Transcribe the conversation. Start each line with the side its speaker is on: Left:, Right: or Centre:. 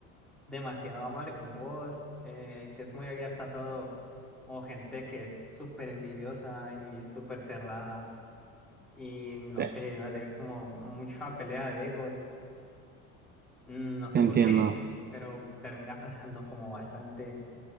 Centre: demasiado amable con vos, eh, que es muy abierta a todo, o gente que es súper envidiosa y súper cerrada, y no
Right: te
Centre: sé, dale, es como mucha pelea de egos, mm, no sé
Right: te entiendo,
Centre: por qué, <laughs> pero termina pasando como bastante.